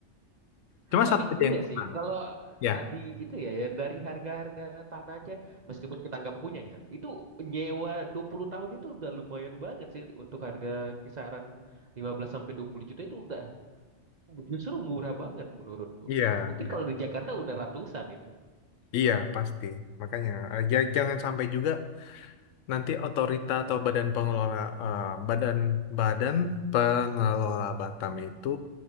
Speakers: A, on the left; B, on the right.
A: Cuma
B: Tapi
A: satu aja
B: iya
A: yang kurang.
B: sih, kalau
A: Ya,
B: tadi itu ya yang dari harga-harga tanah aja, meskipun kita nggak punya ya, itu nyewa 20 tahun itu udah lumayan banget sih untuk harga kisaran 15 sampai 20 juta itu udah justru murah banget menurutku.
A: iya,
B: Mungkin
A: iya,
B: kalau di Jakarta udah ratusan itu.
A: iya pasti. Makanya eh, ja- jangan sampai juga Nanti otorita atau badan pengelola eh, badan badan pengelola Batam itu